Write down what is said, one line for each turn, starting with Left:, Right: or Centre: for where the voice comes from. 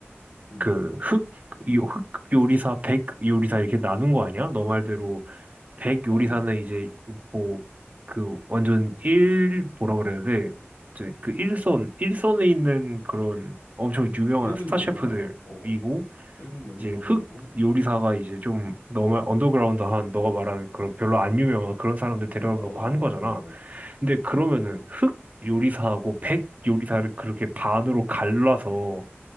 Left: 응.
Right: 그 흑, 요, 흑 요리사, 백 요리사 이렇게 나눈 거 아니야? 너 말대로 백
Left: 맞아,
Right: 요리사는
Left: 맞아.
Right: 이제 뭐 그 완전 일 뭐라 그래야 돼? 이제 그 일선 일선에 있는 그런 엄청 유명한
Left: 일군
Right: 스타
Left: 요리사,
Right: 셰프들이고
Left: 어, 일군 요리사들이고,
Right: 이제 흑 요리사가 이제 좀 너무 언더그라운드한 너가 말하는 그런 별로 안 유명한 그런 사람들 데려다
Left: 아, 어,
Right: 놓고 한 거잖아.
Left: 맞아, 맞아.
Right: 근데 그러면은
Left: 어.
Right: 흑 요리사하고 백 요리사를 그렇게 반으로 갈라서